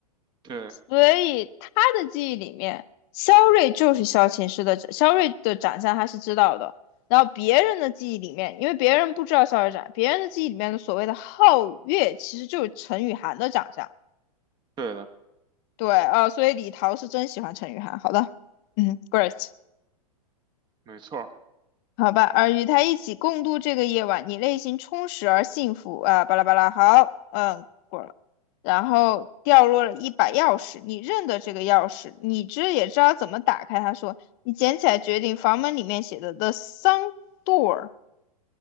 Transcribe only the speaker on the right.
对
对的，
没错儿